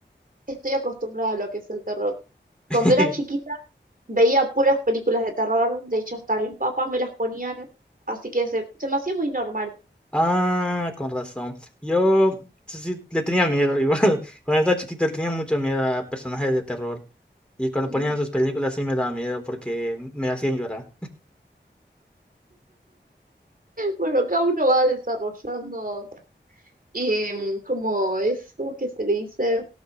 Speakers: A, on the right (about 45°); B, in the centre.
A: ya estoy acostumbrada a lo que es el terror.
B: <laughs>
A: Cuando era chiquita Veía puras películas de terror, de hecho hasta mis papás me las ponían, así que se, se me hacía muy normal.
B: Ah, con razón. Yo sí sí, le tenía miedo igual. <laughs> Cuando estaba chiquito le tenía mucho miedo a personajes de terror. Y cuando
A: Mm.
B: ponían sus películas sí me daba miedo porque me hacían llorar.
A: Bueno, cada uno va desarrollando em, como es, ¿cómo es que se le dice?